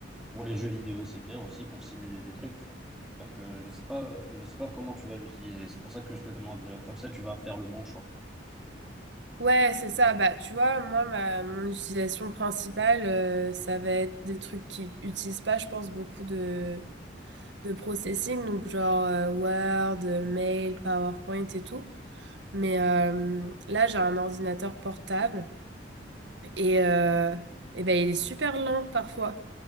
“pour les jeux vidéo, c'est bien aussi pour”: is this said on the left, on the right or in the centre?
Centre